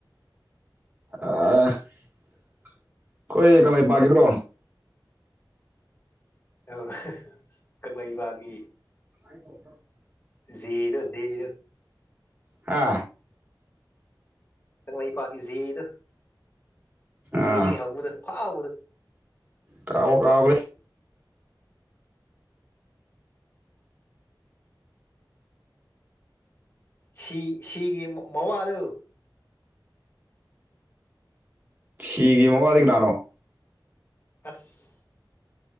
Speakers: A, on the right; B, on the left.
A: ꯑ ꯑꯩꯈꯣꯏ ꯀꯪꯂꯩꯄꯥꯒꯤꯗ꯭ꯔꯣ
B: ꯑ ꯀꯪꯂꯩꯕꯥꯒꯤ
A: ꯑꯥꯢ ꯑꯣ
B: ꯖꯤꯗꯣ ꯗꯤꯗꯣ
A: ꯍꯥ
B: ꯀꯪꯂꯩꯄꯥꯛꯀꯤ ꯖꯦꯗꯣ
A: ꯑꯥ
B: ꯖꯦꯗꯒꯤ ꯍꯧꯕꯗꯣ ꯐꯥꯎꯕꯗ
A: ꯀꯥꯎꯕꯨ ꯀꯥꯎꯒ꯭ꯔꯦ
B: ꯁꯤ ꯁꯤꯒꯤ ꯃꯋꯥꯗꯨ
A: ꯁꯤꯒꯤ ꯃꯋꯥ ꯑꯗꯤ ꯀꯅꯥꯔꯣ
B: ꯑꯁ